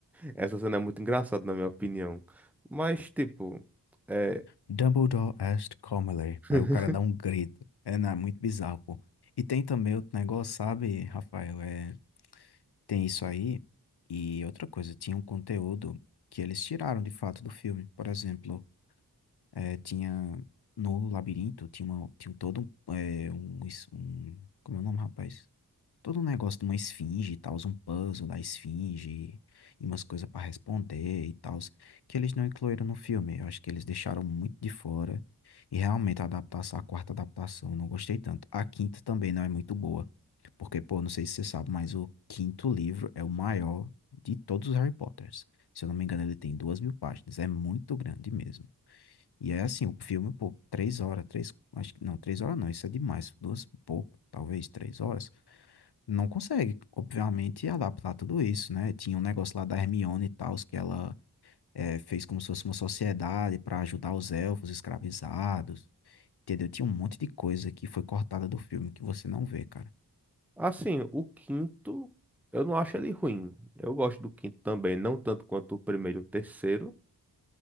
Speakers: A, in the centre; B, on the left (about 75°).
A: Essa cena é muito engraçada, na minha opinião. Mas, tipo, é...
B: Dumbledore asked Comely.
A: <laughs>
B: Aí o cara dá um grito. É, não, é muito bizarro, pô. E tem também outro negócio, sabe, Rafael? É, tem isso aí. E outra coisa, tinha um conteúdo que eles tiraram de fato do filme. Por exemplo, é, tinha no labirinto, tinha, uma, tinha todo um, é, um, es- um. Como é o nome, rapaz? todo um negócio de uma esfinge e tal, um puzzle da esfinge e umas coisas pra responder e tal, que eles não incluíram no filme. Eu acho que eles deixaram muito de fora. E realmente a adaptação, a quarta adaptação, eu não gostei tanto. A quinta também não é muito boa. Porque, pô, não sei se você sabe, mas o quinto livro é o maior de todos os Harry Potters. Se eu não me engano, ele tem duas mil páginas. É muito grande mesmo. E é assim, o filme, pô, três horas, três, acho que não, três horas não, isso é demais. Duas, e pouco, talvez três horas não consegue, obviamente, adaptar tudo isso, né? Tinha um negócio lá da Hermione e tal, que ela eh, fez como se fosse uma sociedade para ajudar os elfos escravizados, entendeu? Tinha um monte de coisa que foi cortada do filme que você não vê, cara.
A: assim, o quinto, eu não acho ele ruim. Eu gosto do quinto também, não tanto quanto o primeiro e o terceiro,